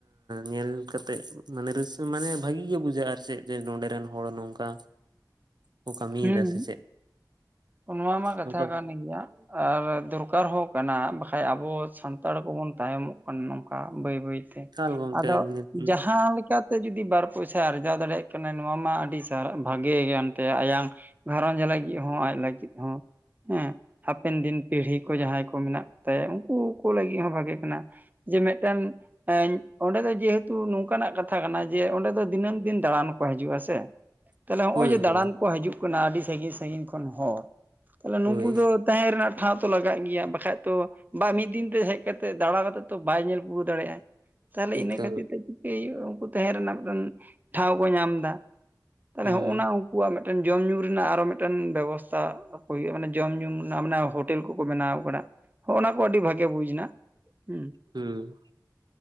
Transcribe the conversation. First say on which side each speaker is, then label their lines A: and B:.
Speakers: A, on the right; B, on the right.
A: ᱧᱮᱞ ᱠᱟᱛᱮᱜ ᱢᱟᱱᱮ ᱨᱟᱹᱥᱠᱟᱹ ᱢᱟᱱᱮ, ᱵᱷᱟᱜᱤ ᱜᱮ ᱵᱩᱡᱷᱟᱹᱜᱼᱟ ᱟᱨ ᱪᱮᱫ ᱡᱮ ᱱᱚᱰᱮ ᱨᱮᱱ ᱦᱚᱲ ᱱᱚᱝᱠᱟ ᱠᱚ ᱠᱟᱹᱢᱤᱭᱮᱫᱟ
B: ᱦᱩᱸ
A: ᱥᱮ ᱪᱮᱫ
B: ᱚᱱᱟ ᱢᱟ ᱠᱟᱛᱷᱟ
A: ᱱᱚᱝᱠᱟ
B: ᱠᱟᱱ ᱜᱮᱭᱟ᱾ ᱟᱨ ᱫᱚᱨᱠᱟᱨ ᱦᱚᱸ ᱠᱟᱱᱟ, ᱵᱟᱠᱷᱟᱡ ᱟᱵᱚ ᱥᱟᱱᱛᱟᱲ ᱠᱚᱵᱚᱱ ᱛᱟᱭᱚᱢᱚᱜ ᱱᱚᱝᱠᱟ ᱵᱟᱹᱭ ᱵᱟᱹᱭᱛᱮ,
A: ᱮᱠᱟᱞ ᱜᱚᱝᱠᱮ
B: ᱟᱫᱚ
A: ᱱᱤᱛ
B: ᱡᱟᱦᱟᱸᱞᱮᱠᱟ ᱛᱮ ᱡᱩᱫᱤ ᱵᱟᱨ ᱯᱚᱭᱥᱟ ᱟᱨᱡᱟᱣ ᱫᱟᱲᱮᱭᱟᱜ ᱠᱟᱱᱟ ᱱᱚᱣᱟ ᱢᱟ ᱟᱹᱰᱤ, ᱵᱷᱟᱜᱮ ᱜᱟᱱ ᱛᱮ ᱟᱭᱟᱝ ᱜᱷᱟᱨᱚᱸᱡᱽ ᱞᱟᱹᱜᱤᱜ, ᱦᱚᱸ ᱟᱡ ᱞᱟᱹᱜᱤᱜ ᱦᱚᱸ ᱦᱮᱸ ᱦᱟᱯᱮᱱ ᱫᱤᱱ ᱯᱤᱲᱦᱤ ᱠᱚ ᱡᱟᱦᱟᱸᱭ ᱠᱚ ᱢᱮᱱᱟᱜ ᱠᱚᱛᱟᱭᱟ ᱩᱱᱠᱩ ᱠᱚ, ᱞᱟᱹᱜᱤᱫ ᱦᱚᱸ ᱵᱷᱟᱜᱮ ᱠᱟᱱᱟ᱾ ᱡᱮ ᱢᱤᱜᱴᱮᱱ ᱮᱸᱧ, ᱚᱸᱰᱮ ᱫᱚ ᱡᱮᱦᱮᱛᱩ ᱱᱚᱝᱠᱟᱱᱟᱜ ᱠᱟᱛᱷᱟ ᱠᱟᱱᱟ ᱡᱮ, ᱚᱸᱰᱮ ᱫᱚ ᱫᱤᱱᱟᱹᱢ ᱫᱤᱱ ᱫᱟᱬᱟᱱ ᱠᱚ ᱦᱤᱡᱩᱜᱼᱟ ᱥᱮ᱾ ᱛᱟᱞᱦᱮ ᱦᱚᱸᱜᱼᱚᱭ
A: ᱦᱳᱭ
B: ᱡᱮ ᱫᱟᱬᱟᱱ
A: ᱦᱳᱭ
B: ᱠᱚ ᱦᱤᱡᱩᱜ ᱠᱟᱱᱟ, ᱟᱹᱰᱤ ᱥᱟᱺᱜᱤᱧ ᱥᱟᱺᱜᱤᱧ ᱠᱷᱚᱱ ᱦᱚᱲ ᱛᱟᱞᱦᱮ ᱱᱩᱠᱩ
A: ᱦᱳᱭ
B: ᱫᱚ ᱛᱟᱦᱮᱸ ᱨᱮᱱᱟᱜ ᱴᱷᱟᱶ ᱛᱚ ᱞᱟᱜᱟᱜ ᱜᱮᱭᱟ ᱵᱟᱠᱷᱟᱡ ᱛᱚ ᱵᱟ ᱢᱤᱫ ᱫᱤᱱ ᱛᱮ ᱦᱮᱡ ᱠᱟᱛᱮᱫ ᱫᱟᱲᱟ ᱠᱟᱛᱮᱜ ᱛᱚ, ᱵᱟᱭ ᱧᱮᱞ ᱯᱩᱨᱟᱹᱣ ᱫᱟᱲᱮᱟᱭ, ᱛᱟᱦᱚᱞᱮ
A: ᱮᱠᱟᱞ
B: ᱤᱱᱟᱹ ᱠᱷᱟᱹᱛᱤᱨ ᱛᱮ ᱠᱤ ᱩᱱᱠᱩ ᱛᱟᱸᱦᱮ ᱨᱮᱱᱟᱜ ᱢᱤᱫᱴᱟᱱ ᱴᱷᱟᱶ ᱠᱚ ᱧᱟᱢ ᱫᱟ ᱛᱟᱦᱚᱞᱮ
A: ᱦᱩᱸ
B: ᱦᱚᱜᱱᱟ ᱩᱠᱩᱣᱟᱜ ᱢᱮᱜᱴᱮᱱ ᱡᱚᱢ ᱧᱩ ᱨᱮᱱᱟᱜ ᱟᱨᱚ ᱢᱮᱜᱴᱮᱱ ᱵᱮᱵᱚᱥᱛᱟᱷᱟ, ᱟᱠ ᱦᱩᱭᱩᱜᱼᱟ ᱢᱟᱱᱮ ᱡᱚᱢ ᱧᱩ ᱨᱮᱱᱟᱜ, ᱢᱟᱱᱮ ᱦᱳᱴᱮᱞ ᱠᱚᱠᱚ ᱵᱮᱱᱟᱣ ᱠᱟᱫᱟ, ᱦᱚᱜᱼᱱᱟ ᱠᱚ ᱟᱹᱰᱤ ᱵᱷᱟᱜᱮ ᱵᱩᱡ ᱮᱱᱟ ᱦᱩᱸ,
A: ᱦᱩᱸ,